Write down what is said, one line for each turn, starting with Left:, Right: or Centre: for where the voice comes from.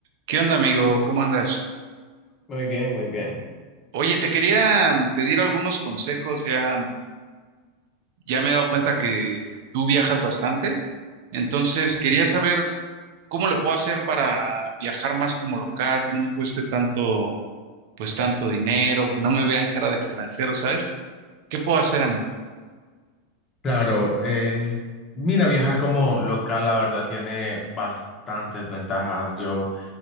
Right: ¿Qué onda, amigo? ¿Cómo andas?
Left: Muy bien, muy bien.
Right: Oye, te quería pedir algunos consejos. Ya, ya me he dado cuenta que tú viajas bastante. Entonces, quería saber cómo lo puedo hacer para viajar más como local, que no me cueste tanto, pues tanto dinero, que no me vean cara de extranjero, ¿sabes? ¿Qué puedo hacer, amigo?
Left: Claro, eh, mira, viajar como local, la verdad, tiene bastantes ventajas. Yo